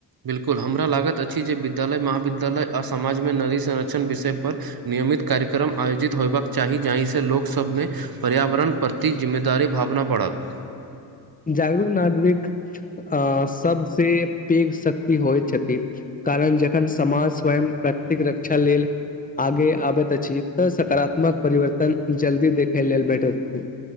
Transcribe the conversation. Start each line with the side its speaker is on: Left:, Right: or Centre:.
Right: बिल्कुल हमरा लागत अछि जे विद्यालय महाविद्यालय आ समाजमे नदी संरक्षण विषयपर नियमित कार्यक्रम आयोजित होयबाक चाही जाहिसँ लोक सभमे पर्यावरण प्रति जिम्मेदारी भावना पड़त
Left: जागरूक नागरिक अ सबसँ पैघ शक्ति होइ छथिन कारण जखन समाज स्वयं प्रकृतिक रक्षा लेल आगे आबैत अछि तऽ सकारात्मक परिवर्तन जल्दी देखे लेल भेटैत छी